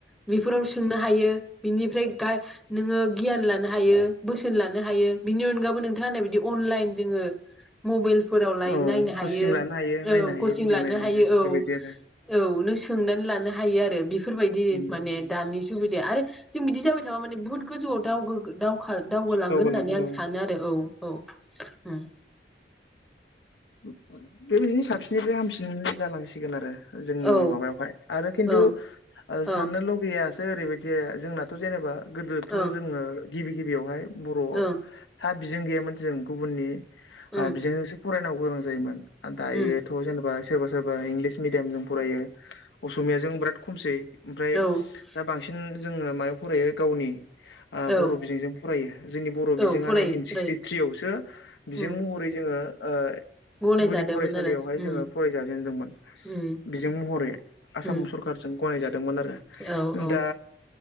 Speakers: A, in the centre; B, on the left.
A: बेफोराव सोंनो हायो बिनिफ्राय दा नोङो गियान लानो हायो। बोसोन लानो हायो बिनि अनगाबो नोंथाङा होननाय बिदि अनलाइन जोङो मबाइल फोराव लाय
B: औ
A: नायनो हायो
B: कचिं लानो
A: औ
B: हायो नायनो हायो
A: कचिं
B: भिडिअ
A: लानो
B: नायनो
A: हायो औ
B: बेबायदि आरो
A: औ नों सोंनानै लानो हायो। हायो आरो बेफोरबायदि
B: उम
A: माने दानि सुबिदाया आरो बिदि जाबाय थाबा मान बहुत गोजौआव दावगो दावगोलांगोन
B: दावगालांगोन
A: होननानै आं
B: औ
A: सानो आरो औ। औ उम
B: लांदां लांदां बेबायदिनो साबसिन गाहामसिन जालांसि सिगोन आरो जोंनि
A: औ
B: माबायावहाय आरो खिन्थु
A: उम
B: ओ
A: औ
B: साननो
A: ओं
B: लुगैया दा ओरैबायदि जोंनाथ' जेनेबा गोदोथ'
A: ओं
B: जोङो गिबि गिबियावहाय बर'
A: ओं
B: हा बिजों गैयामोन जों गुबुननि
A: ओं
B: हा बिजोंसो फरायनांगौ गोनां जायोमोन। दायोथ'
A: उम
B: जेनेबा सोरबा सोरबा इंलिस मिडियामजों फरायो असमियाजों बिराद खमसै ओमफ्राय
A: ओ औ
B: दा बांसिन जोङो मायाव फरायो गावनि ओ
A: औ
B: बर' बिजोंजों फरायो जोंनि बर'
A: औ
B: बिजोंआ
A: फरायो
B: नाइन्टिन
A: फरायो
B: सिक्सटिथ्रियावसो बिजों
A: उम
B: महरै जोङो ओ
A: गनायजादोंमोन
B: गुदि फरायसालियावहाय
A: आरो उम
B: जोङो फरायजाजेनदोंमोन
A: उम
B: बिजों महरै आसाम
A: उम
B: सरखारजों गनायजादोंमोन आरो
A: औ औ
B: दा